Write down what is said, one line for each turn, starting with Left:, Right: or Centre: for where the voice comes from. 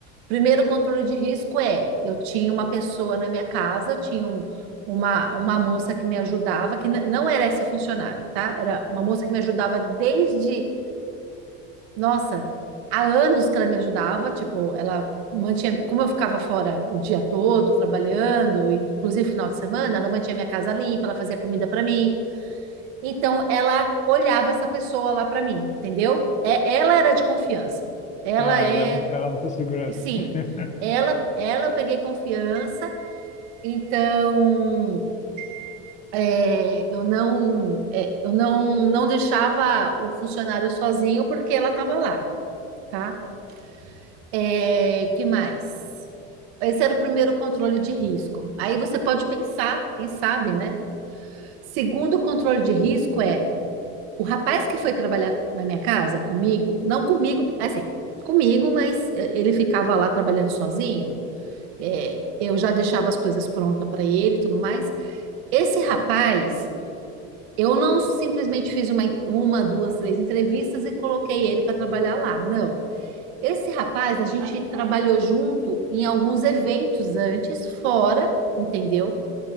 Right: Primeiro controle de risco é, eu tinha uma pessoa na minha casa, eu tinha um- uma, uma moça que me ajudava, que n- não era esse funcionário, tá? Era uma moça que me ajudava desde, nossa, há anos que ela me ajudava, tipo, ela mantinha, como eu ficava fora o dia todo trabalhando, inclusive final de semana, ela mantinha minha casa limpa, ela fazia comida para mim, então ela olhava essa pessoa lá para mim, entendeu? É, ela era de confiança. Ela
Left: Ah,
Right: é,
Left: ela, ela era da sua segurança.
Right: sim,
Left: <laughs>
Right: ela, ela eu peguei confiança. Então é, eu não, é, eu não, não deixava o funcionário sozinho porque ela estava lá, tá? É, que mais? Esse era o primeiro controle de risco. Aí você pode pensar, quem sabe, né? Segundo controle de risco é O rapaz que foi trabalhar na minha casa comigo, não comigo, assim, comigo, mas eh, ele ficava lá trabalhando sozinho. eh, eu já deixava as coisas prontas para ele e tudo mais. Esse rapaz, eu não simplesmente fiz uma, uma, duas, três entrevistas e coloquei ele para trabalhar lá. Não. Esse rapaz, a gente trabalhou junto em alguns eventos antes, fora, entendeu?